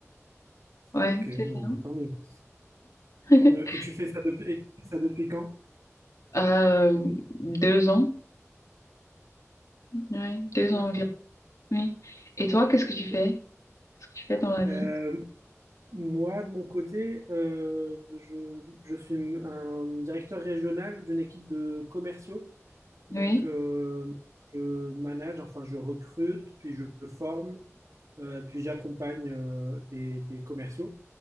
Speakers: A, on the left (about 80°); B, on the right (about 80°).
A: Ouais,
B: Ok,
A: c'est
B: bon,
A: ça.
B: bah, tant mieux.
A: <laughs>
B: Tant mieux. Et tu fais ça depuis, et tu fais ça depuis quand?
A: Euh, deux ans, ouais, deux
B: D'accord.
A: ans environ. Oui. Et toi, qu'est-ce que tu
B: ok.
A: fais? Qu'est-ce que tu fais dans la vie?
B: Euh, Moi, de mon côté, euh, je, je suis un directeur régional d'une équipe de commerciaux. Donc,
A: Oui.
B: euh, je manage, enfin, je recrute, puis je forme, euh, puis j'accompagne euh, des, des commerciaux